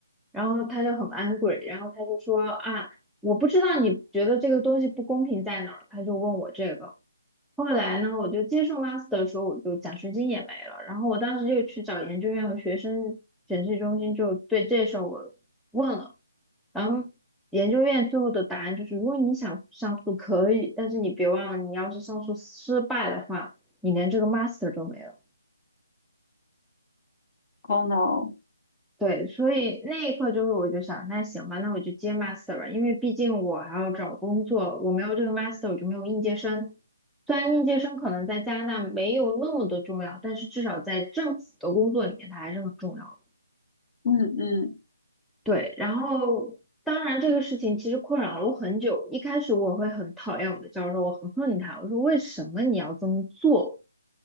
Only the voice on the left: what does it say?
Oh no，
嗯嗯